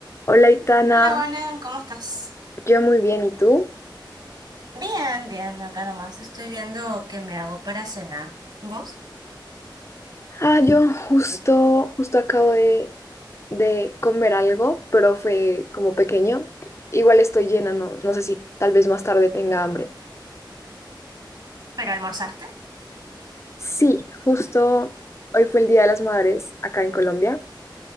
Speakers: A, on the left; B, on the right.
A: Hola, Itana.
B: Hola, Valen, ¿cómo estás?
A: Yo muy bien, ¿y tú?
B: Bien, bien, acá nomás. Estoy viendo qué me hago para cenar. ¿Vos?
A: Ah, yo justo, justo acabo de, de comer algo, pero fue como pequeño. Igual estoy llena, no, no sé si tal vez más tarde tenga hambre.
B: ¿Pero almorzaste?
A: Sí, justo hoy fue el Día de las Madres acá en Colombia.